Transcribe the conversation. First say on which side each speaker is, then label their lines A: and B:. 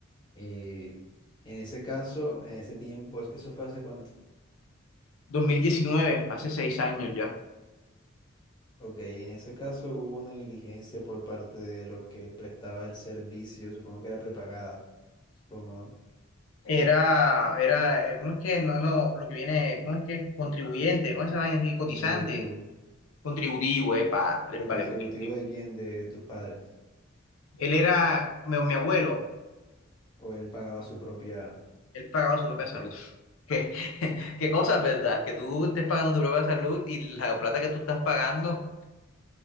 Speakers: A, on the left; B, on the left.
A: Eh, en ese caso, en ese tiempo, ¿eso fue hace cuánto?
B: dos mil diecinueve hace seis años ya.
A: Ok, en ese caso hubo una negligencia por parte de lo que prestaba el servicio, supongo que era prepagada, supongo, ¿no?
B: Era,
A: O
B: era, eh, ¿cómo es que? No, no, lo que viene, ¿cómo es que? Contribuyente, ¿cómo es esa vaina así? Cotizante,
A: contributivo,
B: contributivo, eh, para
A: pero
B: el
A: contributivo
B: contributivo.
A: de quién, de tus padres,
B: Él era, mi, mi abuelo,
A: o él pagaba su propia
B: él pagaba su propia
A: EPS.
B: salud. <laughs> ¿Qué, qué cosas, verdad? Que tú estés pagando tu propia salud y la plata que tú estás pagando